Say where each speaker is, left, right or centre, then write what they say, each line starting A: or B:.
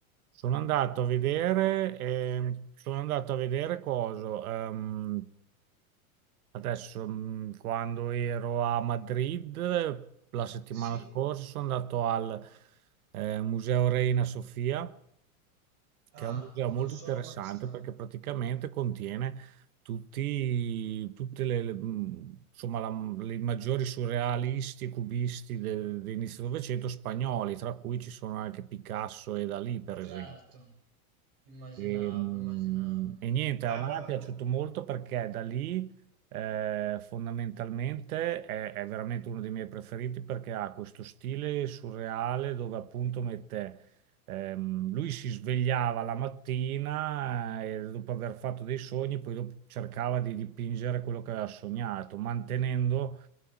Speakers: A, on the right; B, on the right.
A: sono andato a vedere, ehm, sono andato a vedere coso. ehm, adesso, mh, quando ero a Madrid eh, la settimana
B: Sì?
A: scorsa, sono andato al eh, Museo Reina Sofia.
B: Ah,
A: che è un museo molto
B: non sono
A: interessante
B: mai stato.
A: perché praticamente contiene tutti, tutte le, le- mh, insomma, la- le maggiori surrealisti e cubisti del- dell'inizio del Novecento spagnoli, tra cui ci sono anche Picasso e Dalì, per
B: Certo,
A: esempio.
B: immaginavo,
A: E, mh,
B: immaginavo.
A: e niente,
B: Ah,
A: a me
B: guarda.
A: è piaciuto molto perché da lì eh, fondamentalmente è, è veramente uno dei miei preferiti perché ha questo stile surreale dove appunto mette, ehm, lui si svegliava la mattina eh, e dopo aver fatto dei sogni, poi dopo cercava di dipingere quello che aveva sognato, mantenendo